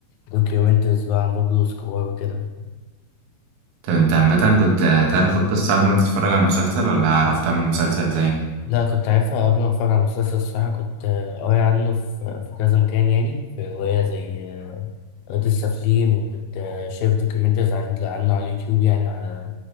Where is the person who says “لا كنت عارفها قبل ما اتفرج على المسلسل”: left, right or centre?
Left